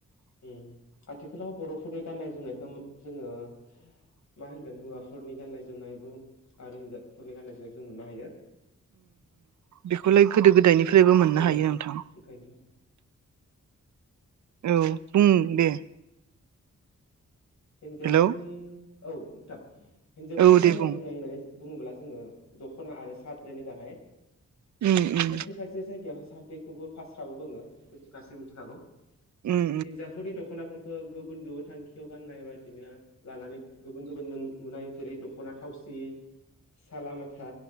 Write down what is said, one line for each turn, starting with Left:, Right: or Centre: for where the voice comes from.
Left: ओम आथिखालाव बर'फोरनि गाननाय जोमनायखौ जोङो <inaudible> मा होनगोन हौवाफोरनि गाननाय जोमनायबो आरो हिनजावफोरनि गाननाय जोमनायखौ जों मोननो हायो।
Right: बेखौलाय गोदो गोदायनिफ्रायबो मोननो
Left: औ
Right: हायो नोंथा।
Left: ओंखायनोथ'
Right: औ बुं दे।
Left: हिनजावफोरनि
Right: हेलौ
Left: औ नोंथां हिनजावफोरनि
Right: औ दे
Left: गाननाय
Right: बुं
Left: जोमनाय होननानै बुङोब्ला जो दखना आरो साद्रनि गाहाय
Right: उम उम
Left: खायसे खायसे जाय वहाय साेखौबो फास्राबो बुङो बेखौ गासैबो मिथिखागौ
Right: उम
Left: हिनजावफोरनि दख'नाफोरखौ ओ गुबुन गुबुन थांखियाव गाननाय बायदिनो लानानै गुबुन गुबुन मोन मोननाय जेरै दख'ना थावसि सालालामाथा